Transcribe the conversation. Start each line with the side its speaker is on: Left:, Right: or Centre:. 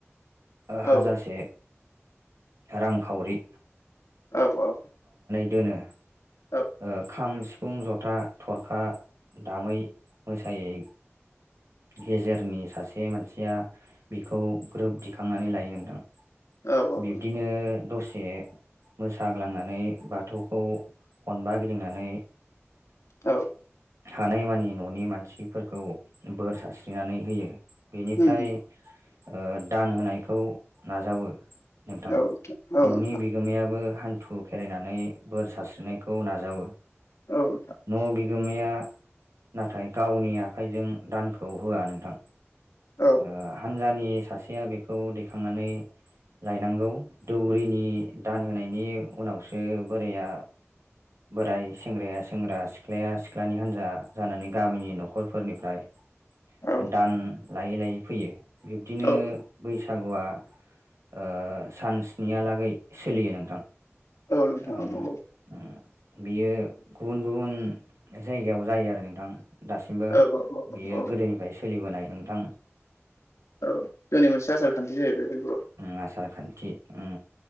Right: ओ
Left: औ
Right: हाजासे रां खावरि
Left: औ औ
Right: दोनो
Left: औ
Right: ओ खाम सिफ फुं जथा, थरखा दामै मोसायै गेजेरनि सासे मानसिया बिखौ ग्रोब दिखांनानै लायो नोंथां।
Left: औ
Right: बिब्दिनो दसे मोसाग्लांनानै बाथौखौ खनबा गिदिंनानै
Left: औ
Right: हानायमानि न'नि मानसिफोरखौ बोर सारस्रिनानै होयो। बेनिफ्राय
Left: उम
Right: ओ दान होनायखौ नाजावो। नोंथां
Left: औ औ
Right: न'नि
Left: नोंथां
Right: बिगोमायाबो हान्थु खेरायनानै बोर सारस्रिनायखौ नाजावो।
Left: औ नोंथां।
Right: न' बिगोमाया नाथाय गावनि आखाइजों दानखौ होआ नोंथां।
Left: औ
Right: ओ हानजानि सासेया बेखौ दैखांनानै लायनांगौ दौरिनि दान होनायनि उनावसो बोराइया बोराय सेंग्राया सेंग्रा सिख्लाया सिख्लानि हान्जा जानानै गामिनि न'खरफोरनिफ्राय
Left: औ
Right: ओ दान लायै लायै फैयो बिब्दिनो
Left: औ
Right: बैसागुवा ओ सानस्नि हालागै सोलियो नोंथां।
Left: औ नोंथां
Right: ओं
Left: औ नंगौ
Right: उम बियो गुबुन गुबुन जायगायाव जायो आरो नोंथां दासिमबो
Left: औ औ औ
Right: बियो
Left: औ
Right: गोदोनिफ्राय सोलिबोनाय नोंथां
Left: औ जोंनि मोनसे आसार खान्थि जाहैबाय बेबो औ
Right: ओम आसार खान्थि ओम